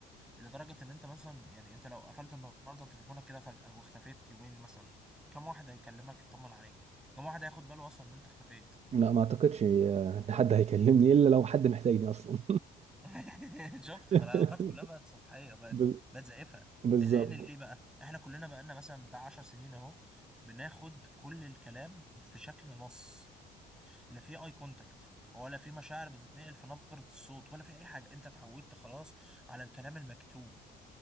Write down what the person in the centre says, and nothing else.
لدرجه ان انت مثلا يعني انت لو قفلت النهارده تليفونك كده فجاه واختفيت يومين مثلا كم واحد هيكلمك يطمن عليك كم واحد هياخد باله اصلا ان انت اختفيت
<laughs> شفت
فالعلاقات كلها بقت سطحيه بقت
بقت زائفه
لان ليه بقى احنا كلنا بقالنا مثلا بتاع 10 سنين اهو بناخد كل الكلام في شكل نص لا في اي كونتاكت ولا في مشاعر بتتنقل في نبرة الصوت ولا في اي حاجة انت اتعودت خلاص على الكلام المكتوب